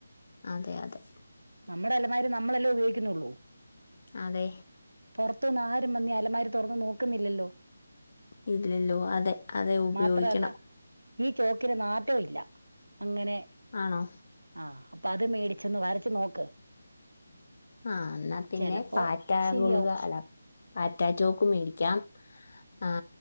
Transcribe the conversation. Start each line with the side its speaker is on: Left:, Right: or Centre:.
Left: അതെ അതെ
Right: നമ്മടെ അലമാരി നമ്മളെല്ലേ ഉപയോഗിക്കുന്നുള്ളൂ
Left: അതെ
Right: പുറത്തുന്ന് ആരും വന്നീ അലമാര തൊറന്ന് നോക്കുന്നില്ലല്ലോ
Left: ഇല്ലല്ലോ അതെ അതെ ഉപയോഗിക്കണം
Right: മാത്രല്ല ഈ ചോക്കിന് നാറ്റൊം ഇല്ല അങ്ങനെ
Left: ആണോ
Right: ആഹ് അപ്പൊ അത് മേടിച്ചൊന്ന് വരച്ച് നോക്ക്
Left: ആഹ് എന്നാ പിന്നെ
Right: ചെലപ്പോ
Left: പാറ്റ
Right: ശരിയാവും
Left: ഗുളിക അല്ല പാറ്റാ ചോക്ക് മേടിക്കാം ആ